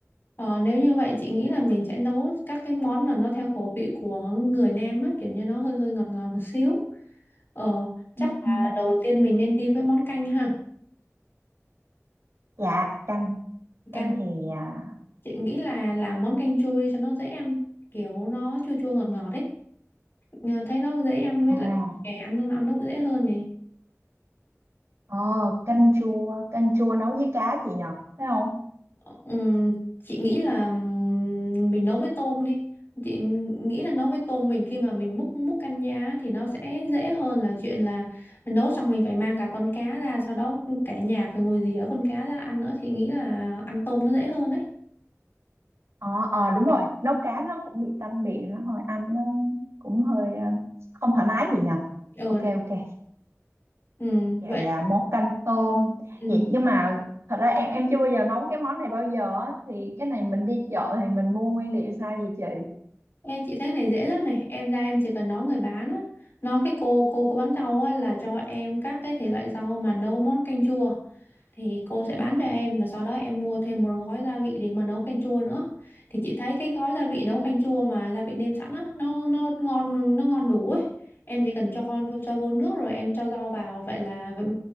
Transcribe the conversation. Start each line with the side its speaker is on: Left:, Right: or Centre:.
Left: Ờ, nếu như vậy chị nghĩ là mình sẽ nấu các cái món mà nó theo khẩu vị của người Nam á, kiểu như nó hơi hơi ngọt ngọt một xíu. Ờ, chắc
Right: Ừ,
Left: là
Right: ừ.
Left: đầu tiên mình nên đi với món canh ha.
Right: Dạ canh
Left: Canh
Right: Canh thì à,
Left: chị nghĩ là làm món canh chua cho nó dễ ăn, kiểu nó chua chua ngọt ngọt ấy. Nhờ Thấy nó dễ ăn với
Right: à
Left: lại trẻ ăn nó ăn nó cũng dễ hơn này.
Right: ờ, canh chua Canh chua nấu với cá chị nhờ Phải không?
Left: Ừm, chị nghĩ là ừm, mình nấu với tôm đi chị nghĩ là nấu với tôm mình khi mà mình múc múc canh giá thì nó sẽ dễ hơn là chuyện là nấu xong mình phải mang cả con cá ra sau đó cả nhà phải ngồi rỉa con cá ra ăn nữa chị nghĩ là ăn tôm nó dễ hơn đấy
Right: Ờ ờ đúng rồi, nấu cá nó cũng bị tanh miệng nó hơi ăn nó cũng hơi ờ, không thoải mái gì nhỉ.
Left: ừ,
Right: Ok ok.
Left: ừ
Right: Vậy
Left: vậy
Right: à, món canh tôm.
Left: ừ.
Right: Vậy nhưng mà thật ra em em chưa bao giờ nấu cái món này bao giờ á. thì cái này mình đi chợ thì mình mua nguyên liệu sao vậy chị?
Left: Ê, chị thấy cái này dễ lắm này em ra em chỉ cần nói người bán á nói cái cô cô cô bán rau á là cho em các cái thể loại rau mà nấu món canh chua thì cô sẽ bán cho em và sau đó em mua thêm một gói gia vị để mà nấu canh chua nữa thì chị thấy cái gói gia vị nấu canh chua mà gia vị nêm sẵn á nó nó ngon nó ngon đủ ấy em chỉ cần cho cho vô nước rồi em cho rau vào vậy là vậy,